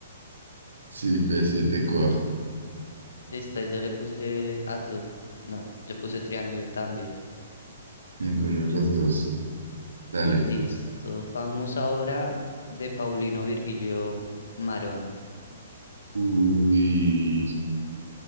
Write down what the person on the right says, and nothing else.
Sí, P7 Coa.
Ninguno de los dos. Dale.
Uy,